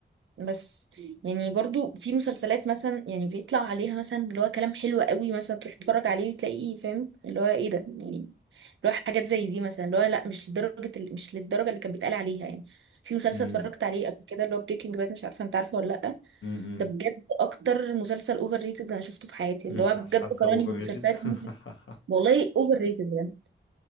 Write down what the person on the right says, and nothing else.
بس يعني برضو في مسلسلات مثلا يعني بيطلع عليها مثلا اللي هو كلام حلو قوي مثلا تروح تتفرج عليه وتلاقيه فاهم اللي هو ايه ده يعني اللي هو حاجات زي دي مثلا اللي هو لا مش لدرجة ال- مش للدرجة اللي كان بيتقال عليها يعني في مسلسل
اتفرجت عليه قبل كده اللي هو بريكنج باد مش عارفة انت عارفه ولا لا
ده بجد اكتر مسلسل اوفر ريتد انا شفته في حياتي
اللي هو بجد
قراني
بالمسلسلات
لمدة
والله اوفر ريتد بجد